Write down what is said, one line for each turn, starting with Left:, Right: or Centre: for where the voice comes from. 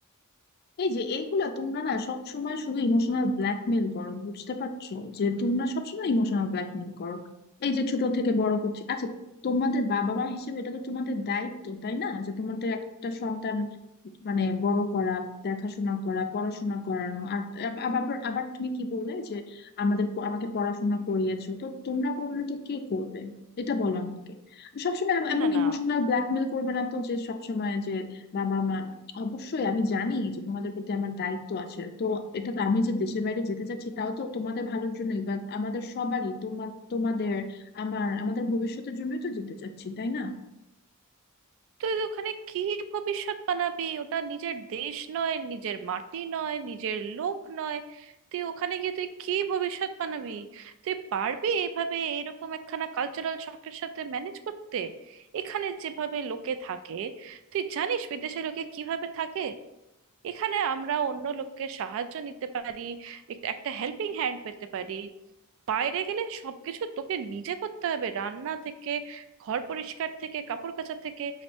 Left: এই যে এইগুলা তোমরা না সব সময় শুধু ইমোশনাল ব্ল্যাকমেল করো বুঝতে পারছো যে তোমরা সবসময় ইমোশনাল ব্ল্যাকমেল করো এই যে ছোট থেকে বড় করছি আচ্ছা তোমাদের বাবা মা হিসেবে এটা তো তোমাদের দায়িত্ব তাই না যে তোমাদের একটা সন্তান মানে বড় করা দেখাশোনা করা পড়াশোনা করানো আর আব- আব- আবার আবার তুমি কি বললে যে আমাদের প- আমাকে পড়াশোনা করিয়েছো তো তোমরা করবে না তো কে করবে এটা বলো আমাকে সবসময় এম- এমন
Right: না না
Left: ইমোশনাল ব্ল্যাকমেল করবে না তো যে সবসময় যে বাবা মা অবশ্যই আমি জানি যে তোমাদের প্রতি আমার দায়িত্ব আছে তো এটা তো আমি যে দেশের বাইরে যেতে চাচ্ছি তাও তো তোমাদের ভালোর জন্যই বা আমাদের সবারই তোমার তোমাদের আমার আমাদের ভবিষ্যতের জন্যই তো যেতে চাচ্ছি তাই না
Right: তুই ওখানে কি ভবিষ্যৎ বানাবি ওটা নিজের দেশ নয় নিজের মাটি নয় নিজের লোক নয় তুই ওখানে গিয়ে তুই কি ভবিষ্যৎ বানাবি তুই পারবি এভাবে এরকম একখানা কালচারাল শকের সাথে ম্যানেজ করতে এখানে যেভাবে লোকে থাকে তুই জানিস বিদেশে লোকে কিভাবে থাকে এখানে আমরা অন্য লোকের সাহায্য নিতে পারি এক- একটা হেল্পিং হ্যান্ড পেতে পারি বাইরে গেলে সবকিছু তোকে নিজে করতে হবে রান্না থেকে ঘর পরিষ্কার থেকে কাপড় কাচা থেকে